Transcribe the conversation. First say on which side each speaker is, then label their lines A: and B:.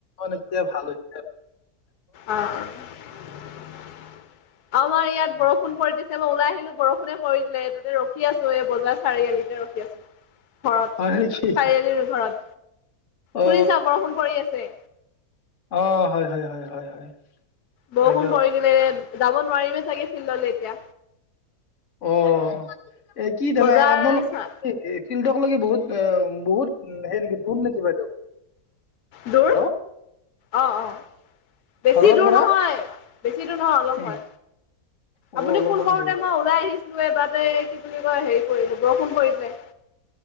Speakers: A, on the left; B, on the left.
A: এতিয়া ভাল হৈছে।
B: অ' আমাৰ ইয়াত বৰষুণ পৰি। দিছে মই ওলাই আহিলো বৰষুণে পৰিলে দিলে, তাতে ৰখি আছোঁ এই বজাৰ চাৰিআলিতে ৰখি আছোঁ। ঘৰত
A: হয় নেকি
B: চাৰিআলিৰ ঘৰত
A: অ
B: শুনিছা বৰষুণ পৰি আছে।
A: অ', হয় হয় হয় হয় হয়।
B: বৰষুণ
A: হয় দিয়ক
B: পৰি গিলে যাব নোৱাৰিমে চাগে। ল'লে এতিয়া।
A: অ', এ কি জানা
B: বজাৰ
A: আপোনালোকৰ
B: চা
A: শিল্টক <unintelligible> লাগি বহুত বহুত সেই নেকি ধোন নেকি বাইদেউ
B: দূৰ
A: হেল্ল'
B: অ অ বেছি
A: ঘৰৰ
B: দূৰ
A: পৰা
B: নহয়, বেছি দূৰ নহয় অলপ
A: উম,
B: হয়।
A: অ',
B: আপুনি
A: অলপমান
B: ফোন কৰোতে
A: দূৰ অ',
B: মই ওলাই আহিছো। এবাৰতে কি বুলি কয় হেৰি কৰিলে বৰষুণ পৰি দিলে।